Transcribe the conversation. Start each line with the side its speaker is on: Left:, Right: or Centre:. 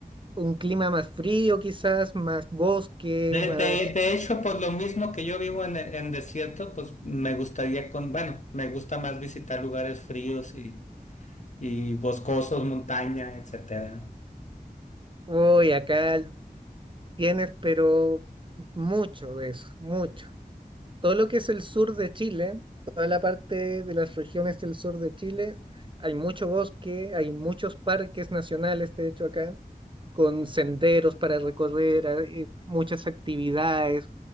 Right: un clima más frío quizás, más bosque,
Left: De,
Right: más...
Left: de- de hecho, por lo mismo que yo vivo en, en desierto, pues me gustaría con, bueno, me gusta más visitar lugares fríos y, y boscosos, montaña, etcétera.
Right: Uy, acá tienes, pero mucho de eso, mucho. Todo lo que es el sur de Chile, toda la parte de las regiones del sur de Chile, hay mucho bosque, hay muchos parques nacionales, de hecho, acá, con senderos para recorrer, hay muchas actividades,